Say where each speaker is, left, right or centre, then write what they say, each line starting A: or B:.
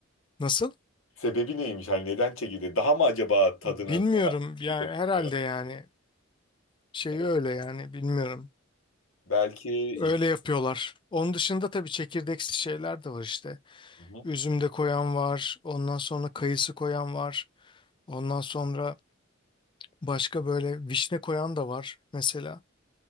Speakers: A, on the left (about 25°); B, on the left (about 80°).
A: Nasıl?
B: Sebebi neymiş? Hani neden çekildi? Daha mı acaba tadını
A: Bilmiyorum
B: daha iyi
A: yani
B: bırakıyor?
A: herhalde yani şey
B: Evet,
A: öyle yani bilmiyorum.
B: Belki iç.
A: Öyle yapıyorlar. Onun dışında tabii çekirdeksi şeyler de var işte.
B: Hı hı.
A: Üzüm de koyan var. Ondan sonra kayısı koyan var. Ondan sonra başka böyle vişne koyan da var mesela.